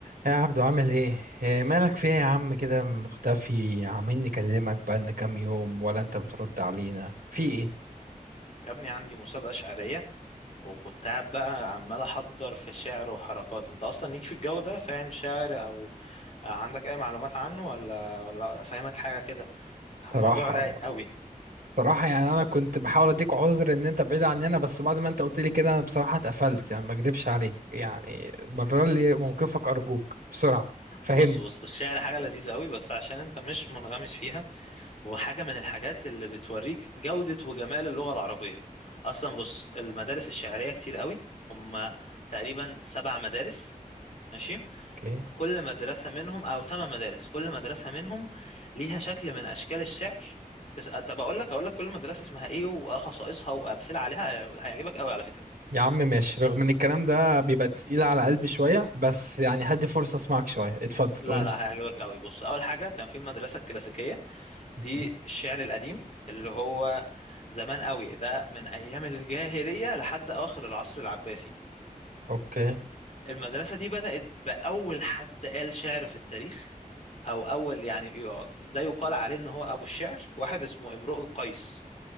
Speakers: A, on the right (about 80°); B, on the left (about 50°).
A: يا عبدو عامل ايه؟ إيه مالك في ايه يا عم كده مختفي عمالين نكلمك بقالنا كام يوم ولا انت بترد علينا في ايه؟
B: يا ابني عندي مسابقة شعرية وكنت قاعد بقى عمال أحضر في شعر وحركات أنت أصلا ليك في الجو ده فاهم شعر أو عندك أي معلومات عنه ولا ولا فاهمك حاجة كده
A: صراحة
B: موضوع رايق قوي
A: صراحة يعني انا كنت بحاول اديك عذر ان انت بعيد عننا بس بعد ما انت قلت لي كده انا بصراحة اتقفلت يعني ما اكدبش عليك يعني برر لي موقفك ارجوك بسرعة فهمني
B: بص بص الشعر حاجة لذيذة قوي بس عشان أنت مش منغمس فيها وحاجة من الحاجات اللي بتوريك جودة وجمال اللغة العربية أصلا بص المدارس الشعرية كتير قوي هما تقريبا سبع مدارس ماشي
A: اوكي
B: كل مدرسة منهم أو ثمان مدارس كل مدرسة منهم ليها شكل من أشكال الشعر تس... طب أقول لك أقول لك كل مدرسة اسمها إيه وخصائصها وأمثلة عليها هيعجب- هيعجبك قوي على فكرة
A: يا عم ماشي رغم ان الكلام ده بيبقى تقيل على قلبي شوية بس يعني هدي فرصة اسمعك شوية اتفضل
B: لا
A: قولي
B: لا هيعجبك قوي بص أول حاجة كان في المدرسة الكلاسيكية
A: مهم.
B: دي الشعر القديم اللي هو زمان قوي ده من أيام الجاهلية لحد أواخر العصر العباسي
A: اوكي
B: المدرسة دي بدأت بأول حد قال شعر في التاريخ أو أول يعني يقع- ده يقال عليه إن هو أبو الشعر واحد اسمه امرؤ القيس